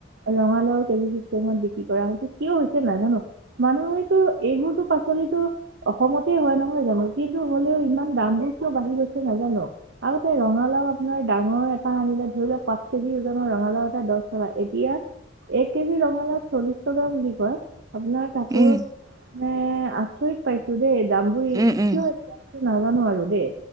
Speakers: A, on the right (about 65°); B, on the right (about 20°).
A: ৰঙালাও কেজি <unintelligible> কৰা হৈছে কিয় হৈছে নাই জানো মানুহৰ হয়তো এইবোৰতো পাচলিতো অসমতে হয়, নহয় জানো, কিন্তু হলেও ইমান দামবোৰ কিয় বাঢ়ি গৈছে নাজানো। আগতে ৰঙালাও আপোনাৰ ডাঙৰ এটা আনিলে ধৰি লওক পা কেজি ওজনৰ ৰঙালাও এটা দহ টকা এতিয়া এক কেজি ৰঙালাও চল্লিশ টকা বুলি কয়, আপোনাক তাকো,
B: উম
A: মই আচৰিত পাইছো দেই দাম বোৰ
B: উম
A: কিয়
B: উম
A: হৈছে নাজানো আৰু দেই